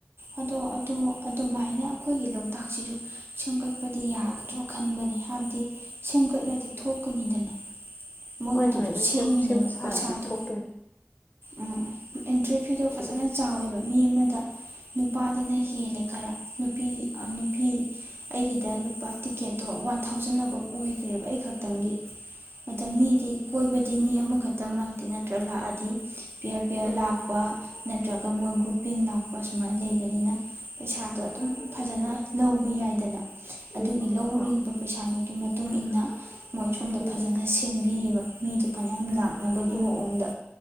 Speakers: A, on the right; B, on the left.
A: ꯑꯗꯣ ꯑꯣ ꯑꯗꯨꯃꯥꯏꯅ ꯑꯩꯈꯣꯏꯒꯤ ꯂꯧ ꯂꯣꯛꯇꯥꯛꯁꯤꯁꯨ ꯁꯦꯝꯒꯠꯄꯗꯤ ꯌꯥꯒꯗ꯭ꯔꯥ ꯈꯟꯕꯅꯤ ꯍꯥꯏꯕꯗꯤ ꯁꯦꯝꯒꯠꯂꯗꯤ ꯊꯣꯛꯀꯅꯤꯗꯅ ꯃꯣꯏꯒꯤꯗꯨꯁꯨ
B: ꯍꯣꯏ ꯍꯣꯏ ꯂꯣꯏ ꯁꯦꯝ
A: ꯁꯦꯝꯃꯤꯅꯦꯕ
B: ꯁꯦꯝꯕ ꯁꯥꯔꯗꯤ
A: ꯄꯩꯁꯥꯗꯣ
B: ꯊꯣꯛꯇꯣꯏꯅꯤ
A: ꯎꯝ ꯑꯦꯟꯇ꯭ꯔꯤ ꯐꯤꯗꯣ ꯐꯖꯅ ꯆꯥꯎꯋꯦ ꯑꯣꯏꯕ ꯃꯤ ꯑꯃꯗ ꯅꯨꯄꯥꯗꯅ ꯍꯦꯜꯂꯦ ꯈꯔ ꯅꯨꯄꯤ ꯅꯨꯄꯤ ꯑꯩꯒꯤꯗ ꯂꯨꯄꯥ ꯇꯤꯛꯀꯦꯠꯇꯣ ꯋꯥꯟ ꯊꯥꯎꯖꯟ ꯑꯕꯞ ꯑꯣꯏꯈ꯭ꯔꯦꯕ ꯑꯩ ꯈꯛꯇꯪꯒꯤ ꯑ ꯃꯤꯗꯤ ꯀꯣꯏꯕꯗꯤ ꯃꯤ ꯑꯃꯈꯛꯇꯪ ꯂꯥꯛꯇꯦ ꯅꯠꯇ꯭ꯔꯒ ꯂꯥꯛꯑꯗꯤ ꯄꯤ ꯑꯥꯔ ꯄꯤ ꯑꯔ
B: ꯎꯝ
A: ꯂꯥꯛꯄ ꯅꯠꯇ꯭ꯔꯒ ꯃꯣꯏ ꯒ꯭ꯔꯨꯄꯤꯡ ꯂꯥꯛꯄ ꯁꯨꯃꯥꯏꯅ ꯂꯩꯕꯅꯤꯅ ꯄꯩꯁꯥꯗꯣ ꯑꯗꯨꯝ ꯐꯖꯅ ꯂꯧꯕ ꯌꯥꯏꯗꯅ ꯑꯗꯨꯒꯤ
B: ꯎꯝ ꯎꯝ
A: ꯂꯧꯔꯤꯕ
B: ꯍꯣꯏ
A: ꯄꯩꯁꯥꯗꯨꯒꯤ ꯃꯇꯨꯡ ꯏ ꯃꯇꯨꯡꯏꯟꯅ ꯃꯣꯏ ꯁꯣꯝꯗ
B: ꯎꯝ
A: ꯐꯖꯅ
B: ꯎꯝ
A: ꯁꯤ ꯕ ꯃꯤꯗꯨ ꯐꯅꯌꯥꯝ ꯂꯥꯡ ꯈꯅꯕꯒꯤ
B: ꯎꯝ
A: ꯃꯑꯣꯡꯗ